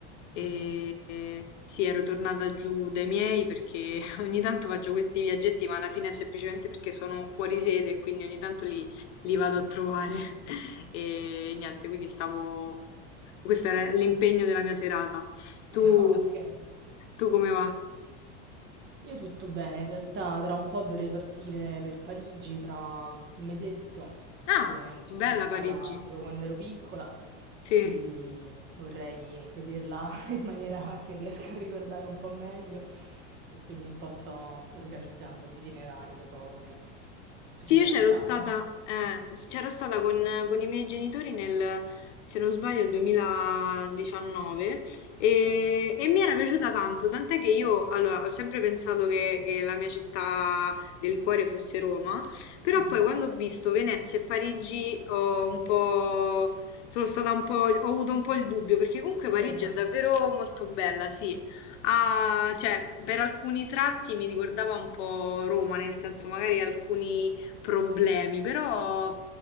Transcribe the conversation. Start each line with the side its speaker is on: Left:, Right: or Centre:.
Left: e
Right: Mhm.
Left: e sì, ero tornata giù dai miei perché <laughs> ogni tanto faccio questi viaggetti, ma alla fine è semplicemente perché sono fuori sede e quindi ogni tanto li,
Right: Mm.
Left: li vado a trovare <laughs> e niente, quindi stavo... Questo era l'impegno della mia serata. Tu,
Right: <laughs> Ah, ok.
Left: tu come va?
Right: Io tutto bene, in realtà tra un po' dovrei partire per Parigi tra un mesetto,
Left: Ah,
Right: che ci
Left: bella
Right: sono stata
Left: Parigi,
Right: solo quando ero piccola,
Left: sì.
Right: quindi vorrei vederla <laughs> in maniera che riesca a ricordare un po' meglio e quindi un po' sto organizzando gli itinerari, le cose. Tu
Left: Sì,
Right: ci
Left: io
Right: sei
Left: c'ero
Right: mai stata?
Left: stata, eh, s- c'ero stata con, con i miei genitori nel, se non sbaglio, 2019 e,
Right: Ah.
Left: e mi era piaciuta tanto, tant'è che io allora, ho sempre pensato che, che la mia città del cuore fosse Roma, però
Right: Mhm.
Left: poi quando ho visto Venezia e Parigi ho un po', sono stata un po', ho avuto un po' il dubbio, perché comunque
Right: Sì,
Left: Parigi
Right: mi
Left: è davvero molto bella, sì. Ah, cioè, per alcuni tratti mi ricordava un po' Roma, nel senso magari alcuni problemi, però